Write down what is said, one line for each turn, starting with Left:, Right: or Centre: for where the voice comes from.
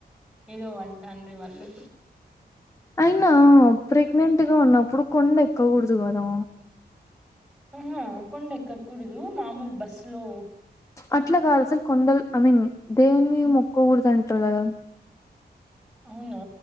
Centre: ఏదో అంటాను వాళ్ళు
Left: అయినా ప్రెగ్నెంట్ గా ఉన్నప్పుడు కొండ ఎక్క కుడుదుకుదా
Centre: ఆహా కొండ ఎక్కకూడదు మామూలు బస్సు లో
Left: అట్లా కాలసి కొండల్ ఐమీన్ దవని మొక్క ఊరుదానింటల
Centre: అవునా